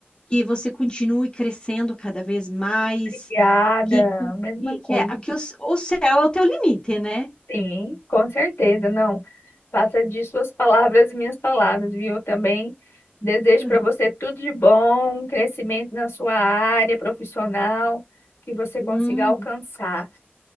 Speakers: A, on the left; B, on the left.
A: Que você continue crescendo cada vez mais.
B: Obrigada.
A: Que,
B: Mesma
A: que,
B: coisa.
A: que, é, que o, o céu é o teu limite, né?
B: Sim, com certeza, não. Faça de suas palavras minhas palavras, viu? Também desejo
A: Aham.
B: para você tudo de bom, crescimento na sua área profissional, que você
A: Hum,
B: consiga alcançar